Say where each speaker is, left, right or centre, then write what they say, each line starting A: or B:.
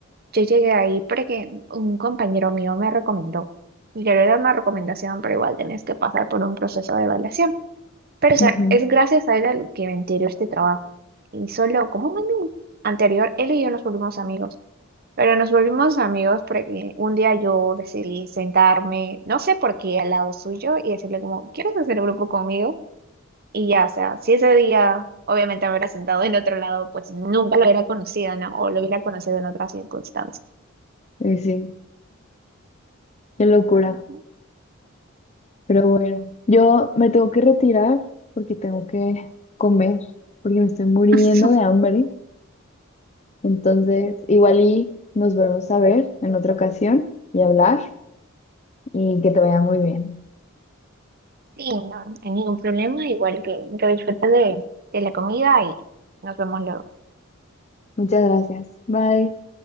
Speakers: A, on the right; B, on the left.
A: yo llegué ahí porque un compañero mío me recomendó. Y claro, era una recomendación, pero igual tenés que pasar por un proceso de evaluación. Pero o sea,
B: Ujú.
A: es gracias a él al que me enteró este trabajo. Y solo como un año anterior, él y yo nos volvimos amigos. Pero nos volvimos amigos porque un día yo decidí sentarme, no sé por qué, al lado suyo y decirle como, ¿quieres hacer grupo conmigo? Y ya, o sea, si ese día obviamente me hubiera sentado en otro lado, pues nunca lo hubiera conocido, ¿no? O lo hubiera conocido en otras circunstancias.
B: Sí, sí, <laughs> qué locura.
A: Ujú.
B: Pero bueno, yo me tengo que retirar porque tengo que comer, porque me estoy muriendo
A: <laughs>
B: de hambre. Entonces, igual y nos volvemos a ver en otra ocasión y hablar y que te vaya muy bien.
A: Sí, no, no hay ningún problema, igual que, que disfrutes de, de la comida y nos vemos luego.
B: Muchas gracias. Bye.